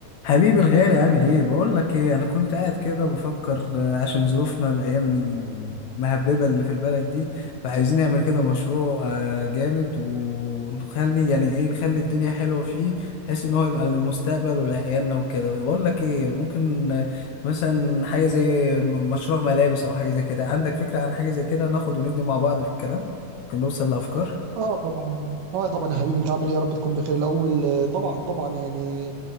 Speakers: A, on the left; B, on the right.
A: حبيبي الغالي عامل ايه بقول لك ايه انا كنت قاعد كده بفكر آه، عشان ظروفنا الايام المهببه اللي في البلد دي فعايزين نعمل كده مشروع آه، جامد ونخلي يعني ايه نخلي الدنيا حلوه فيه بحيث ان هو يبقى للمستقبل ولعيالنا وكده بقول لك ايه ممكن آه، مثلا حاجه زي م- مشروع ملابس او حاجه زي كده عندك فكره عن حاجه زي كده ناخد وندي مع بعض في الكلام ممكن نوصل لافكار
B: اه طبعا اه طبعا يا حبيبي انت عامل ايه يا رب تكون بخير الاول آه، طبعا طبعا يعني